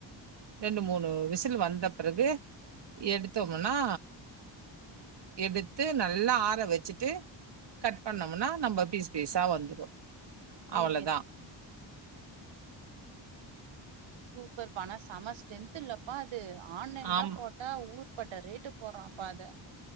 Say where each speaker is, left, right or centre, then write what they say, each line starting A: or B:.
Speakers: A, on the right; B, on the right.
A: ரெண்டு மூணு விசில் வந்த பிறகு எடுத்தோம்னா எடுத்து நல்லா ஆற வச்சுட்டு கட் பண்ணோம்னா நம்ப பீஸ் பீஸா வந்துரும் அவ்ளதா
B: ஓகே சூப்பர்ப்பா ஆனா செம ஸ்ட்ரென்த்துல்லப்பா அது ஆன்லைன்லாம்
A: ஆமா
B: போட் ட்டா ஊர் பட்ட ரேட்டு போற்றம்ப்பா அத